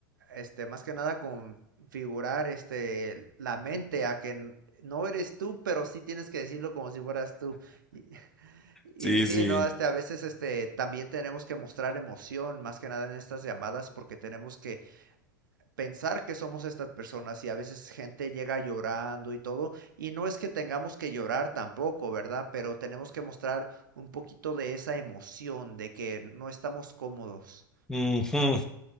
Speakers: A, on the right; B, in the centre.
A: este, más que nada configurar, este, la mente a que n- no eres tú, pero sí tienes que decirlo como si fueras tú. Y, y
B: Sí,
A: sí,
B: sí.
A: no, este, a veces, este, también tenemos que mostrar emoción, más que nada en estas llamadas, porque tenemos que pensar que somos estas personas y a veces gente llega llorando y todo, y no es que tengamos que llorar tampoco, ¿verdad? Pero tenemos que mostrar un poquito de esa emoción de que no estamos cómodos.
B: Ujú.